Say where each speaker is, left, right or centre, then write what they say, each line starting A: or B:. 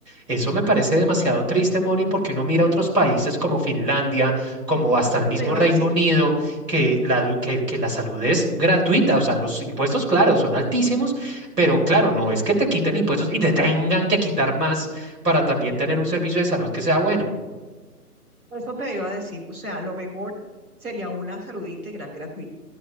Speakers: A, on the right; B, on the right.
A: Eso me parece demasiado triste, Moni, porque uno mira otros países como Finlandia, como hasta
B: eso
A: el mismo
B: te iba
A: Reino
B: a decir,
A: Unido, que la, edu- que, que la salud es gratuita. O sea, los impuestos, claro, son altísimos, pero claro, no es que te
B: mm,
A: quiten impuestos y te tengan que quitar más para también tener un servicio de salud que sea bueno.
B: eso te iba a decir, o sea, lo mejor sería una salud integral gratuita.